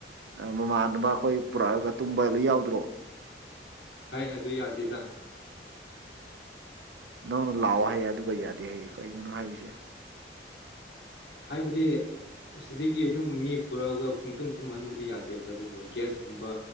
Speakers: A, on the right; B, on the left.
A: ꯑ ꯃꯃꯥꯟꯅꯕ ꯑꯈꯣꯏ ꯄꯨꯔꯛꯑꯒ ꯇꯨꯝꯕ ꯂꯩ ꯌꯥꯎꯗ꯭ꯔꯣ
B: ꯍꯥꯏ ꯑꯗꯨ ꯌꯥꯗꯦꯗ
A: ꯅꯪꯅ ꯂꯥꯎꯑꯣ ꯍꯥꯏ ꯑꯗꯨꯒ ꯌꯥꯗꯦ ꯍꯥꯏꯌꯦ ꯅꯪꯅ ꯍꯥꯏꯔꯤꯁꯦ
B: ꯍꯥꯏꯕꯗꯤ ꯁꯤꯗꯒꯤ ꯑꯗꯨꯝ ꯃꯤ ꯄꯨꯔꯛꯑꯒ ꯄꯨꯡ ꯇꯨꯝ ꯇꯨꯝꯍꯟꯕꯗꯤ ꯌꯥꯗꯦꯕ ꯑꯗꯨꯕꯨ ꯒ꯭ꯌꯥꯁꯀꯨꯝꯕ